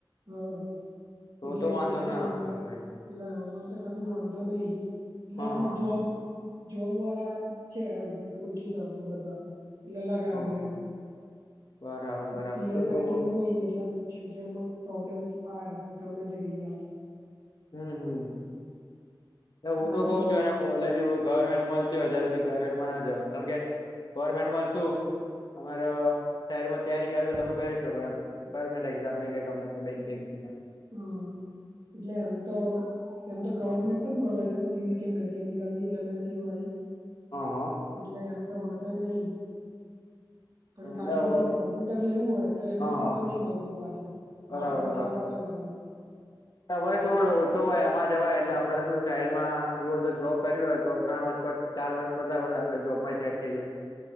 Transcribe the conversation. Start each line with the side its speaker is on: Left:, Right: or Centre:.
Right: હા
Left: તો
Right: એટલે
Left: તો વાંધો
Right: એ એટલે
Left: ના આવે ભાઈ
Right: આમાં તો કશું વાંધો નહી એટલે
Left: હા
Right: આમ
Left: હા
Right: જોબ જોબ વાળા છે એમ ઓળખીતા બધા એલેલા લગાડ
Left: હા
Right: દે
Left: હા
Right: એમ.
Left: બરાબર બરાબર
Right: સીએસ
Left: તો તો
Right: આઈટી ન નઈ એટલ ફ્યુચરમાં પ્રોબ્લેમ તો થાય જ ગમે તે કહી આપણે
Left: હમ હમ એ હું
Right: બાકી
Left: તો કઉ
Right: તમ
Left: છું એને કોલેજ ગવર્મેન્ટ મળતી હોય ત્ય સુધી પ્રાાઈવેટમાં ના જવાય કારણ કે ગવર્મેન્ટમાં શું અમારા શહેરમાં તૈયારી કરવી તમે કરી શકો એમ ગવર્મેન્ટ એક્ઝામ લે કે ગમે તે બેકિંગ
Right: હમ એટલે એમ તો એમ તો ગવર્મેન્ટ
Left: હા
Right: જ મળે છે સિવિલ કે ની ગની એમસ યુ આઈ
Left: હા
Right: એટલે એમ તો વાંધો નહીં પણ ખાલી
Left: એટલે હા
Right: જે કોમ્પ્યુટર લેવું હોય તો એમએસયુમાં
Left: હા
Right: નહી મળતું પાકુ
Left: બરાબર
Right: માર્ક ઓછા
Left: બરાબર
Right: પડ્યા ને એટલા
Left: વર્કલોડ ઓછો હોય એમાં જવાય એટલે આપડે શું સાઈડમાં એવ હોય તો જોબ કર્યું હોય તો ત્રણ વર્ષ પર ચાર વર્ષ પડતા પડતા આપડે જોબમાં સેટ થઈ જાય